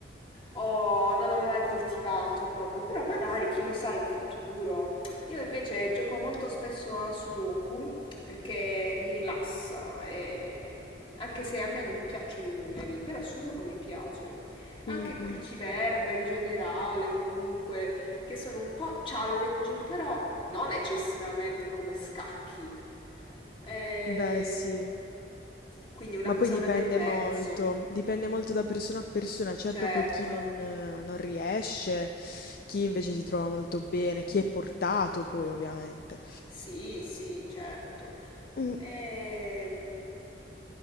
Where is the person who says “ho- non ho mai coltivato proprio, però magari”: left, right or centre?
Left